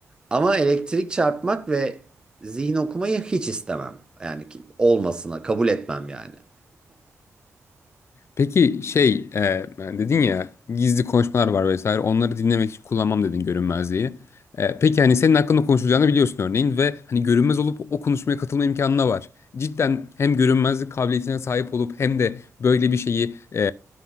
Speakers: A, on the right; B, on the left.
A: Ama elektrik çarpmak ve zihin okumayı hiç istemem. Yani ki- olmasına kabul etmem yani.
B: Peki şey e, yani dedin ya gizli konuşmalar var vesaire onları dinlemek için kullanmam dedin görünmezliği. E, peki hani senin hakkında konuşulacağını biliyorsun örneğin ve hani görünmez olup o konuşmaya katılma imkanına var. Cidden hem görünmezlik kabiliyetine sahip olup hem de böyle bir şeyi e,